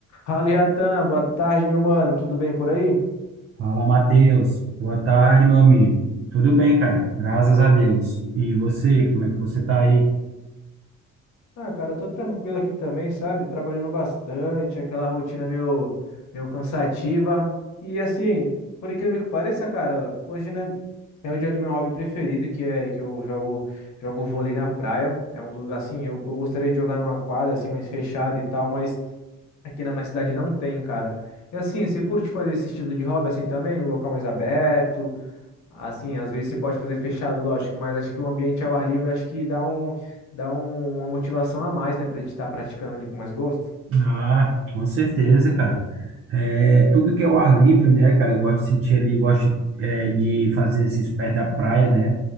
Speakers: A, on the left (about 70°); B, on the right (about 50°).
A: Fala, Iatan, boa tarde, meu mano. Tudo bem por aí?
B: Fala, Matheus. Boa tarde, meu amigo. Tudo bem, cara? Graças a Deus. E você, como é que você tá aí?
A: Ah, cara, eu tô tranquilo aqui também, sabe? Trabalhando bastante, aquela rotina meio, meio cansativa. E assim, por incrível que pareça, cara, hoje, né, é o dia do meu hobby preferido, que é que eu jogo jogo vôlei na praia. É um dos, assim, eu, eu gostaria de jogar numa quadra assim mais fechada e tal, mas aqui na minha cidade não tem, cara. E assim, você curte fazer esse estilo de hobby assim também, no local mais aberto? Assim, às vezes você pode fazer fechado, lógico, mas acho que o ambiente ao ar livre acho que dá um, dá um- uma motivação a mais, né, pra gente estar praticando ali com mais gosto.
B: Ah, com certeza, cara. É, tudo que é o ar livre, né, cara? Eu gosto de sentir ali, eu gosto é, de fazer exercício perto da praia, né?